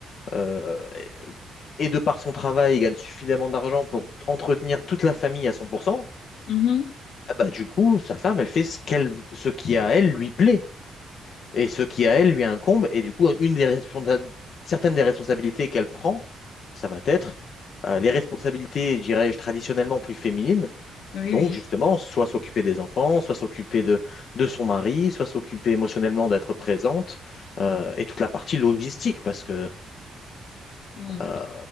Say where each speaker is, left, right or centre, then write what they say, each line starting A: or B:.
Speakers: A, on the left; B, on the left.
A: euh, et de par son travail, il gagne suffisamment d'argent pour entretenir toute la famille à 100%,
B: Mhm.
A: ah bah, du coup, sa femme, elle fait ce qu'elle, ce qui à elle lui plaît et ce qui à elle lui incombe. Et du coup, une des responsa- certaines des responsabilités qu'elle prend, ça va être euh, les responsabilités, dirais-je, traditionnellement plus féminines
B: Oui,
A: Donc,
B: oui.
A: justement, soit s'occuper des enfants, soit s'occuper de, de son mari, soit s'occuper émotionnellement d'être présente, euh, et toute la partie logistique, parce que,
B: Mhm.
A: euh,